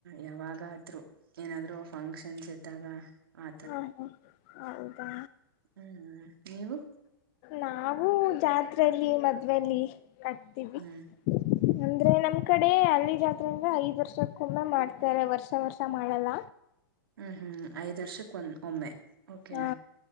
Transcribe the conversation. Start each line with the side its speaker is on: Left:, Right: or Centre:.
Right: ಯಾವಾಗಾದ್ರು ಏನಾದ್ರು ಫಂಕ್ಷನ್ಸ್ ಇದ್ದಾಗ ಆತರ
Left: ಹಾ ಹಾ ಹೌದಾ
Right: ಹ್ಮ್ ನೀವು
Left: ನಾವು ಜಾತ್ರೆಯಲ್ಲಿ ಮದುವೆಲ್ಲಿ ಕಟ್ತೀವಿ
Right: ಹ್ಮ್
Left: ಅಂದ್ರೆ ನಮ ಈ ಕಡೆ ಅಲ್ಲಿ ಜಾತ್ರೆ ಅಂದ್ರೆ ಐದ್ ವರ್ಷಕ್ಕೊಮ್ಮೆ ಮಾಡ್ತಾರೆ ವರ್ಷ ವರ್ಷ ಮಾಡಲ್ಲ
Right: ಹ್ಮ್ ಹ್ಮ್ ಐದ್ ವರ್ಷಕ್ಕೆ ಒಂದ ಒಮ್ಮೆ ಓಕೆ
Left: ಹಾ